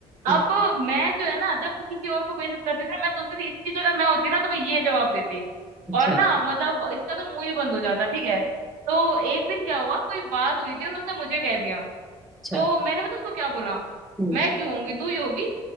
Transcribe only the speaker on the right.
अब मैं जो है ना जब वो किसी और को बेइज्जत करती थी ना, मैं सोचती थी इसकी जगह मैं होती ना तो मैं ये जवाब देती
और ना मतलब इसका तो मुंह ही बंद हो जाता ठीक है तो एक दिन क्या हुआ कोई बात हुई थी और उसने मुझे कह दिया
तो
मैंने पता उसको क्या बोला
मैं क्यों होंगी तू ही होगी